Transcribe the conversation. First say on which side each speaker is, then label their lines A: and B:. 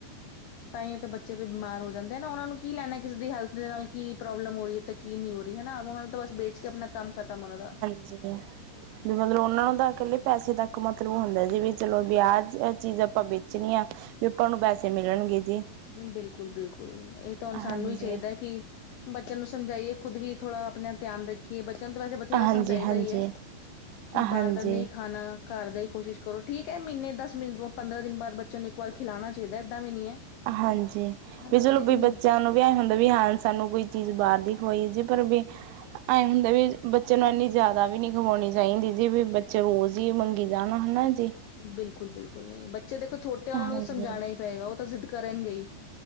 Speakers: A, on the left; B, on the right.
A: ਤਾਇਯੋ ਤੇ ਬੱਚ ਬੱਚੇ ਬਿਮਾਰ ਹੋ ਜਾਂਦੇ ਐ ਨਾ, ਉਹਨਾਂ ਨੂੰ ਕੀ ਲੈਣਾ, ਕਿਸੇ ਦੀ ਹੈਲਥ ਦੇ ਨਾਲ ਕੀ ਪ੍ਰੋਬਲਮ ਹੋ ਰਹੀ ਹੈ ਤੇ ਕੀ ਨਹੀਂ ਹੋ ਰਹੀ ਹੈਾ ਉਹ ਨੂੰ ਔ ਤਾਂ ਬਸ ਵੇਚ ਕੇ ਆਪਣਾ, ਬਸ ਕੰਮ ਖਤਮ ਉਹਨਾਂ ਦਾ
B: ਜੇ ਵੀ ਮਤਲਬ, ਉਹਨਾਂ ਨੂੰ ਤਾਂ ਇਕੱਲੇ ਪੈਸੇ ਤੱਕ ਮਤਲਬ ਹੁੰਦਾ ਸੀ, ਵੀ ਚਲੋ ਵੀ ਆਹ ਚੀਜ਼ ਆਪਾਂ ਵੇਚਣੀ ਆ ਲੋਕਾਂ ਨੂੰ, ਪੈਸੇ ਮਿਲਣਗੇ ਜੀ
A: ਬਿਲਕੁਲ -ਬਿਲਕੁਲ ਇਹ ਤਾਂ ਹੁਣ,
B: ਹਾਂਜੀ
A: ਸਾਨੂੰ ਹੀ ਚਾਹੀਦਾ ਕਿ ਬੱਚਿਆਂ ਨੂੰ ਸਮਝਾਈਏ, ਖੁਦ ਵੀ ਥੋੜ੍ਹਾ ਆਪਣਾ ਧਿਆਨ ਕਿ ਇਹ ਬੱਚਿਆਂ ਨੂੰ ਤਾਂ ਵੈਸੇ, ਬਥੇਰਾ
B: ਹਾਂਜੀ
A: ਸਮਝਾਈਦਾ
B: ਹਾਂਜੀ।
A: ਹੀ ਹੈ, ਕਿ, ਬਾਹਰ
B: ਹਾਂਜੀ,
A: ਦਾ ਨਹੀਂ ਖਾਣਾ ਘਰ ਦਾ ਹੀ ਕੋਸ਼ਿਸ਼ ਕਰੋ, ਠੀਕ ਹੈ ਮਹੀਨੇ ਦਸ- ਪੰਦਰਾਂ ਦਿਨ ਬਾਅਦ, ਬੱਚਿਆਂ ਨੂੰ ਇੱਕ ਵਾਰ ਖਿਲਾਉਣਾ ਚਾਹੀਦਾ, ਏਦਾਂ ਵੀ ਨਹੀਂ ਹੈ।
B: ਹਾਂਜੀ,
A: ਹਨਾ
B: ਵੀ ਚਲੋ
A: ਲੇਕਿਨ
B: ਵੀ ਬੱਚਿਆਂ ਨੂੰ, ਵਿਆ ਹੁੰਦਾ ਵੀ ਹਾਂ, ਸਾਨੂੰ ਕੋਈ ਚੀਜ਼ ਬਾਹਰ ਦੀ ਖਵਾਈ ਜੇ ਪਰ ਵੀ ਐਵੇਂ ਹੁੰਦਾ ਵੀ, ਬੱਚੇ ਨੂੰ ਇੰਨੀ ਜ਼ਿਆਦਾ ਵੀ ਨਹੀ, ਖਵਾਉਣੀ ਦਹੀ ਦੀ ਜੀ ਵੀ ਬੱਚੇ ਰੋਜ਼ ਹੀ ਮੰਗੀ ਜਾਣਾ ਹਨਾ ਜੀ
A: ਬਿਲਕੁਲ- ਬਿਲਕੁਲ ਨਹੀਂ ਬੱਚੇ ਦੇਖੋ ਛੋਟੇ, ਉਹਨਾਂ
B: ਹਾਂਜੀ,
A: ਨੂੰ ਤਾਂ ਸਮਝਾਉਣਾ ਹੀ ਪਏਗਾ, ਉਹ ਤਾਂ ਜ਼ਿੱਦ ਕਰਨਗੇ ਹੀ